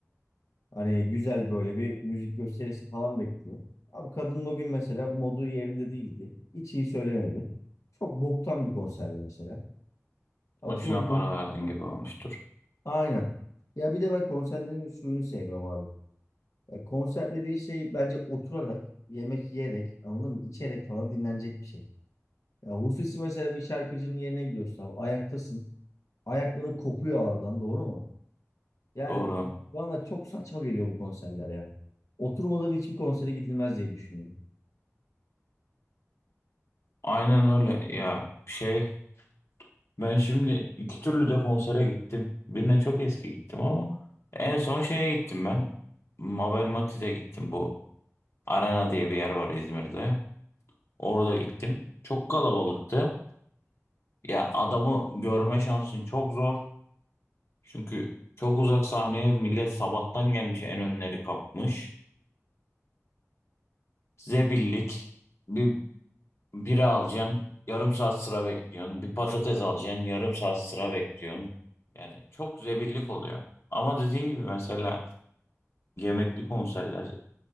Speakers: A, on the left (about 80°); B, on the left (about 55°).
A: Hani güzel böyle bir müzik gösterisi falan bekliyor. Abi kadın o gün mesela modu yerinde değildi. Hiç iyi söylemedi. Çok boktan bir konserdi mesela. Atıyorum
B: Boşuna para
A: dum...
B: verdin gibi olmuştur.
A: Aynen. Ya bir de ben konserlerin suyunu sevmiyorum abi. Ya konser dediğin şey bence oturarak, yemek yiyerek, anladın mı? İçerek falan dinlenecek bir şey. Ya hususi mesela bir şarkıcının yerine gidiyorsun abi. Ayaktasın. Ayakların kopuyor ağrıdan, doğru mu? Yani
B: Doğru.
A: bana çok saçma geliyor bu konserler ya. Oturmadan hiçbir konsere gidilmez diye düşünüyorum.
B: Aynen öyle ya. Şey ben şimdi iki türlü de konsere gittim. Birine çok eski gittim ama en son şeye gittim ben. Mabel Matiz'e gittim. Bu Arena diye bir yer var İzmir'de. Orada gittim. Çok kalabalıktı. Ya adamı görme şansın çok zor. Çünkü çok uzak sahneye millet sabahtan gelmiş en önleri kapmış. Zebillik. bir Biri alacaksın, yarım saat sıra bekliyorsun. Bir patates alacaksın, yarım saat sıra bekliyorsun. Yani çok zebillik oluyor. Ama dediğin gibi mesela yemekli konserler.